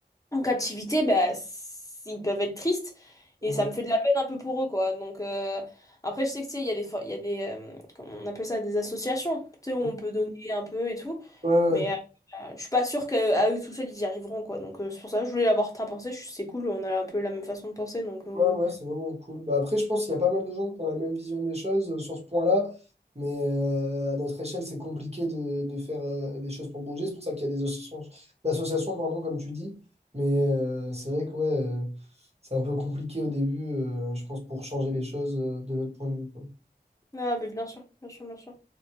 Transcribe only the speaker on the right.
mhm,
mhm.
Ouais, ouais.
Ouais, ouais, c'est vraiment cool. Bah, après, je pense qu'il y a pas mal de gens qui ont la même vision des choses euh, sur ce point-là, mais euh, à notre échelle, c'est compliqué de, de faire euh, des choses pour bouger. C'est pour ça qu'il y a des associations, d'associations, pardon, comme tu dis. Mais euh, c'est vrai que ouais, euh, c'est un peu compliqué au début, euh, je pense, pour changer les choses euh, de notre point de vue, quoi.